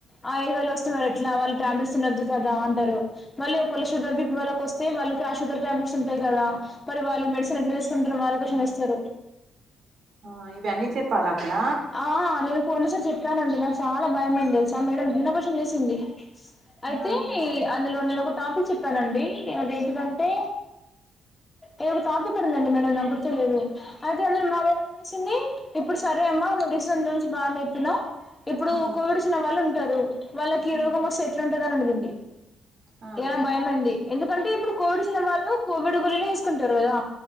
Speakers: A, on the left (about 20°); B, on the right (about 55°).
A: ఆ ఏజ్ వాళ్ళు వస్తున్నారు ఎట్లా వాళ్ళు టాబ్లెట్స్ తిన్నొద్దు కదా మళ్ళీ ఒకవేళ షుగర్ బి పి వాళ్ళకొస్తే వాళ్ళకి ఆ షుగర్ టాబ్లెట్స్ ఉంటాయి కదా మరి వాళ్ళ మెడిసిన్ ఎట్ల తీసుకుంటరు వాళ్ళే క్వషన్ ఎస్తరు
B: ఆ ఇవి అన్ని చెప్పాలా అక్కడ
A: ఆ నేను పోలీసులు చెప్పానండి నాకు చాలా భయమైంది తెలుసా మేడం నిన్నకోసం క్వషన్ చేసింది అయితే
B: ఆహా
A: అందులో నేను ఒక టాపిక్ చెప్పానండి అదేంటిదంటె ఏదో ఒక తాపిక్ అడిగిందండి మేడం నాక్ గుర్తులేదు అయితే అందుని మా వాళ్ళని పిల్చింది ఇప్పుడు సరే అమ్మా నువు డిసెంసన్ నుంచి బానే చెప్పినవ్ ఇప్పుడు
B: ఉ
A: కోవిడ్ వచ్చిన వాళ్ళు ఉంటారు వాళ్ళకి
B: ఉ
A: ఈ రోగం వస్తే ఎట్లుంటంది అని అడిగింది
B: ఆ
A: ఇరా భయమైంది ఎందుకంటే ఇప్పుడు కోవిడ్ చ్చిన వాళ్ళు కోవిడ్ గోలినే వేసుకుంటారు కదా